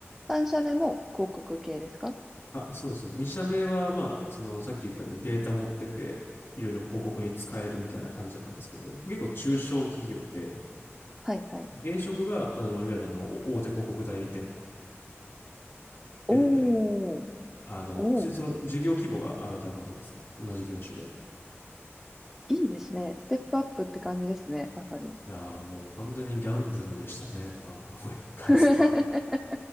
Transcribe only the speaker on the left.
あ、そうです。2社目は、まあ、その、さっき言ったようにデータ持ってて、いろいろ広告に使えるみたいな感じだったんですけど、結構中小企業で、
現職が、あの、いわゆるあの、大手広告代理店っていうので、
あの、
普通にその事業規模が上がった感じですね。同じ業種で。
いやーもう完全にギャンブルでしたね。ただ、思い返せば。